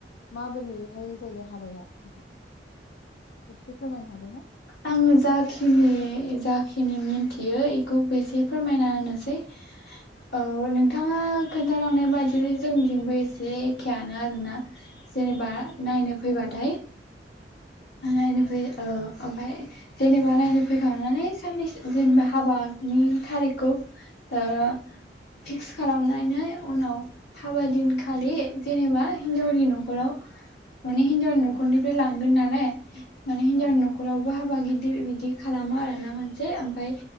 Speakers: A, on the left; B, on the left.
A: माबोरैहाय जायो हाबाया नोंथां एसे फोरमायनो हागोन ना?
B: आङो जाखिनि जाखिनि मिन्थियो ब इखौबो एसे फोरमायना होनोसै औ नोंथाङा खोन्थालांनाय बादि जोंनिजोंबो एसे एखेयानो आरोना जेनेबा नायनो फैबाथाय
A: औ
B: नायनो फै औ ओमफाय जेनेबा नायनो फैखांनानै साननैसो जेनेबा हाबानि थारिखखौ ओ फिक्स खालामनानै उनाव हाबा दिनखालि जेनेबा हिनजावनि नखराव माने हिनावनि
A: औ
B: नखरनिफ्राय लां गोन नालाय <inaudible> माने हिन्जावनि
A: औ
B: नखरावबो हाब बा गिदिर बिदि खालामो आरो ना मोनसे ओमफाय